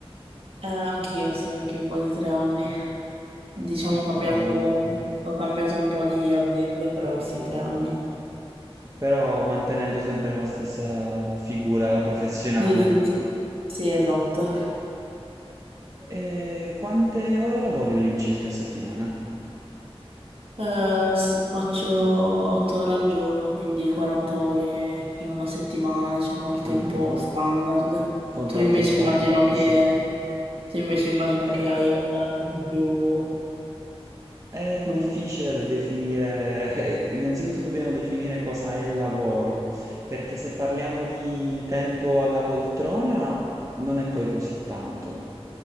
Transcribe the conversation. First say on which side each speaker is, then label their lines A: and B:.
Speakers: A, on the right; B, on the right.
A: Eh, anch'io, sì, anch'io quasi tre anni. Diciamo
B: Ah,
A: ho cambiato,
B: wow,
A: ho cambiato un po' di aziende, però sì, tre anni.
B: però mantenendo sempre la stessa figura professionale.
A: Sì, sì, sì. Sì, esatto.
B: E quante ore lavori all'incirca a settimana?
A: Eh, s- faccio 8 ore al giorno, quindi 40 ore in una settimana, diciamo il tempo
B: Ah, un
A: standard.
B: contratto
A: Tu invece
B: standard,
A: immagino che,
B: sì.
A: tu invece immagino
B: Eh,
A: che hai orari un po' più
B: È
A: lunghi.
B: difficile da definire, <laughs> innanzitutto dobbiamo definire cosa è lavoro, perché se parliamo di tempo alla poltrona non è poi così tanto,